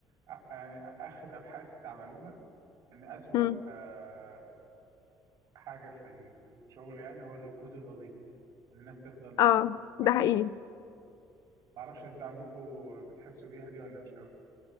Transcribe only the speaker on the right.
آه، يعني اخر ابحاث عملوها ان اسوأ
آه، حاجة في ال- في الشغل يعني هو الركود الوظيفي ان الناس تفضل
على الأكسل
معرفش انتوا عندكم بتحسوا بيها دي ولا مش قوي